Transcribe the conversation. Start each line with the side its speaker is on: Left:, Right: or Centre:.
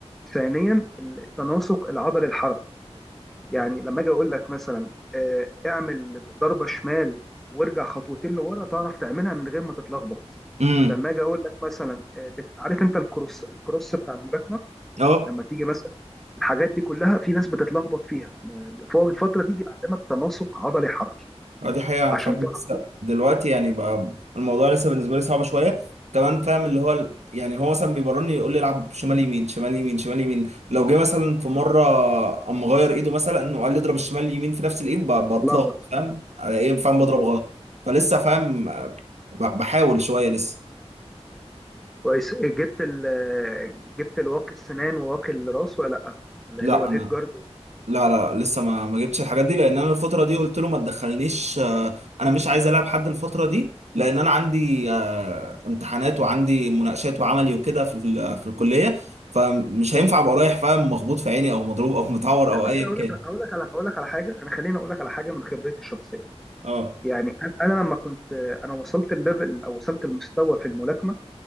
Centre: ثانيا التناسق العضلي الحركي يعني لما اجي اقول لك مثلا آه، اعمل ضربه شمال وارجع خطوتين لورا تعرف تعملها من غير ما تتلخبط
Right: امم
Centre: لما اجي اقول لك مثلا آه، بت- عارف انت الكروس الكروس بتاع الملاكمه
Right: اه
Centre: لما تيجي مثلا الحاجات دي كلها في ناس بتتلخبط فيها يعني فهو الفتره دي بيعلمك تناسق عضلي حركي
Right: اه دي حقيقة أنا
Centre: عشان
Right: فعلا
Centre: تعرف
Right: لسه دلوقتي يعني بقى الموضوع لسه بالنسبة لي صعب شوية كمان فاهم اللي هو ال- يعني هو مثلا بيمرني يقول لي العب شمال يمين شمال يمين شمال يمين لو جه مثلا في مرة قام مغير إيده مثلا وقال لي اضرب الشمال اليمين في نفس الإيد ب-
Centre: تتلخبط
Right: بتلخبط فاهم على إيه فاهم
Centre: بالظبط
Right: بضرب غلط فلسه فاهم آه، ب- بحاول شوية لسه
Centre: كويس جبت ال جبت الواقي السنان وواقي الراس ولا لا
Right: لا
Centre: اللي هو الهيد
Right: أنا
Centre: جارد
Right: لا لا لسه ما ما جبتش الحاجات دي لان انا الفتره دي قلت له ما تدخلنيش آه، انا مش عايز العب حد الفتره دي لان انا عندي آه، امتحانات وعندي مناقشات وعملي وكده في ال- في الكليه فمش هينفع ابقى رايح فاهم مخبوط في عيني او مضروب او متعور
Centre: لا
Right: او
Centre: بس
Right: ايا
Centre: اقول
Right: كان
Centre: لك اقول لك على اقول لك على حاجه انا خليني اقول لك على حاجه من خبرتي الشخصيه
Right: اه
Centre: يعني انا أنا لما كنت انا وصلت الليفل او وصلت المستوى في الملاكمه